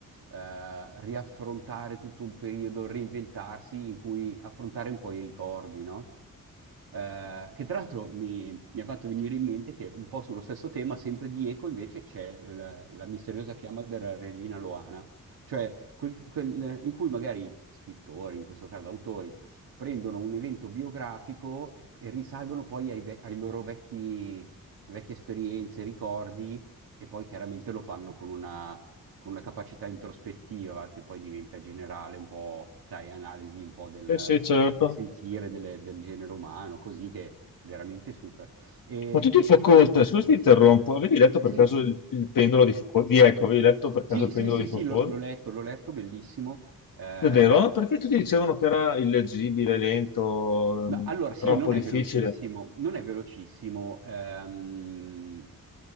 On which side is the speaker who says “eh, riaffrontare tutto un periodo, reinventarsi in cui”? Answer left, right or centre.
Right